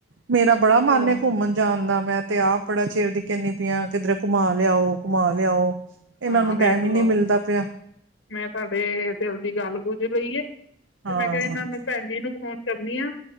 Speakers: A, on the right; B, on the left.
A: ਮੇਰਾ ਬੜਾ ਮਨ
B: ਹੋਰ
A: ਹੈ ਘੁੰਮਣ ਜਾਣ ਦਾ ਮੈਂ ਤੇ ਆਪ ਬੜਾ ਚਿਰ ਦੀ ਕਹਿੰਦੀ ਪਈ ਆ ਕਿਧਰੇ ਘੁਮਾ ਲਿਆਓ, ਘੁਮਾ ਲਿਆਓ। ਇਹਨਾਂ
B: ਹਾਂ
A: ਨੂੰ
B: ਵੇਖ
A: ਟਾਈਮ ਹੀ ਨਹੀਂ
B: ਲਉ,
A: ਮਿਲਦਾ ਪਿਆ
B: ਮੈਂ ਤੁਹਾਡੇ ਦਿਲ ਦੀ ਗੱਲ ਬੁੱਝ ਲਈ ਐ। ਤੇ
A: ਹਾਂ
B: ਮੈਂ ਕਿਹਾ ਇਹਨਾਂ ਨੂੰ ਭੈਣ ਜੀ ਨੂੰ ਫ਼ੋਨ ਕਰਨੀ ਆ,